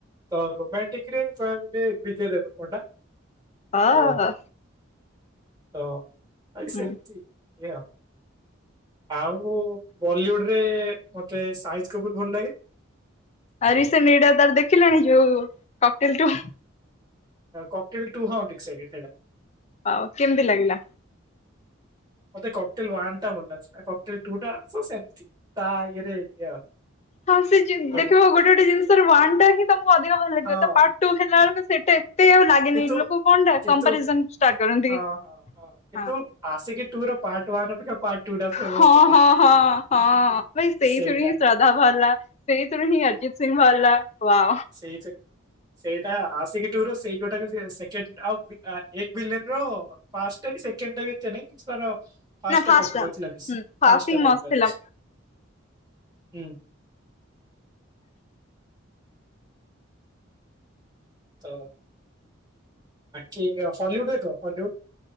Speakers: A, on the right; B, on the left.
A: ତ ରୋମାଣ୍ଟିକରେ କହିବାକୁ ଗଲେ ବିଜୟ ଦେବ ପଣ୍ଡା।
B: ହା
A: ତ ତ ଆ ସେମିତି
B: ହୁଁ
A: ଇ ଆଉ ବଲିଉଡ ରେ ମତେ ସା କପୁର ଭଲ ଲାଗେ।
B: <unintelligible> ଦେଖିଲାଣି ଯୋଉ କପିଲ୍ ଟୁ?
A: କପିଲ୍ ଟୁ ହଁ ଦେଖିସାଇଲିନି ହେଟା।
B: ଆଉ କେମିତି ଲାଗିଲା?
A: ମତେ କଟିଲ୍ ୱାନ୍ ଟା ଭଲ ଲାଗୁଚି କଟିଲ ଟୁ ଟା ସେମିତି ତା ଇରେ ଇଏ ଆଉ।
B: ହଁ ସେ ଯେ
A: ବଟ
B: ଦେଖିବ ଗୋଟେ ଗୋଟେ ଜିନିଷ ୱାନ ହିଁ ତମକୁ ଅଧିକ ଭଲ ଲାଗିବ
A: ହଁ
B: ତା ପାଟ୍ ଟୁ ହେଲା ବେଳକୁ ସେଟା ଏତେ ଆଉ ଲାଗ ଖାଲି
A: କିନ୍ତୁ
B: ନି ଲୋକ କଣ ଟା
A: କିନ୍ତୁ
B: କମ୍ପାରିଜନ ଷ୍ଟାର୍ଟ କରନ୍ତି,
A: ହଁ ହଁ କିନ୍ତୁ
B: ହଁ।
A: ଆସିକି ଟୁ ର ପାର୍ଟ ୱାନ୍ ଅପେକ୍ଷା ପାର୍ଟ ଟୁ ଟା ଫେମସ
B: ହଁ
A: ଥିଲା
B: ହଁ ହଁ ହଁ ଭାଇ ସେଇଠୁ
A: ସେଇଟା
B: ହିଁ ଶ୍ରଦ୍ଧା ବାହାରିଲା। ସେଇଥିରୁ ହିଁ ଅରଜିତ୍ ସିଂ ବାହାରିଲା ୱାହ।
A: ସେଇଥିରୁ ସେଇଟା ଆସିକି ଟୁ ର ସେଇ ଗୋଟାକ ସେକେଣ୍ଡ ଆଉ ଆ ଏକ୍ ଭିଲେନ ର ଫାଷ୍ଟ ସେକେଣ୍ଡଟା ବି ଏତେ ନାହିଁ ତାର ଫାଷ୍ଟ
B: ନା
A: ଟା ପପୁଲାର ଥିଲା ବେଶୀ
B: ହୁଁ
A: ଫାଷ୍ଟ
B: ହିଁ
A: ଟା ପପୁଲାର
B: ମସ୍ତ ଥିଲା
A: ଅଛି। ହୁଁ। ତ କି ହଲିଉୁଡ ଏକ ହଲିଉୁଡ